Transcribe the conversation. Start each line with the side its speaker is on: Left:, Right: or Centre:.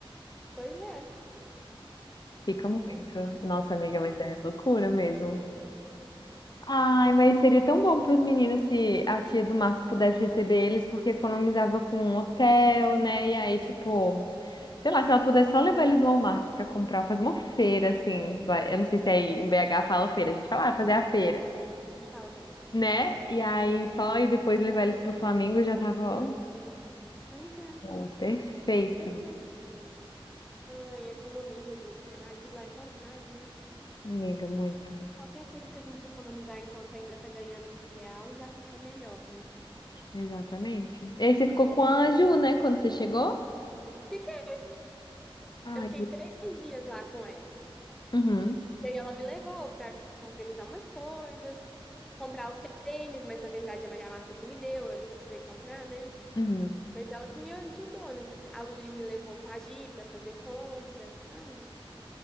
Centre: Pois é.
Left: Fica
Centre: Nossa,
Left: muito. Nossa, amiga,
Centre: pois
Left: mas
Centre: é.
Left: é loucura mesmo. Ai, mas seria tão bom para os meninos se a tia do Marcos pudesse receber eles, porque economizava com um hotel, né? E aí, tipo, sei lá, se ela pudesse só levar eles no Walmart para comprar, fazer uma feira, assim. vai- Eu não sei se é aí em BH fala feira, a gente fala, ah, fazer a feira,
Centre: Fala também.
Left: né? E aí só e depois levar eles pro Flamengo já tava, ó,
Centre: Pois é,
Left: show, perfeito.
Centre: pois é. Ai, economiza dinheiro. Ai, tudo lá é tão caro, né?
Left: Amiga, muito.
Centre: Qualquer coisa que a gente economizar enquanto ainda tá ganhando em real já fica melhor, né?
Left: Exatamente. E aí você ficou com a Ju, né, quando você chegou?
Centre: Fica
Left: Ai,
Centre: Eu fiquei três dias lá com ela.
Left: uhum,
Centre: E aí ela me levou para organizar umas coisas, comprar o tênis, mas na verdade é a Maria Marta que me deu, eu nem precisei comprar, né?
Left: uhum.
Centre: Mas ela que me ajudou nessa. A Luli me levou com a Gi para fazer compras, sabe?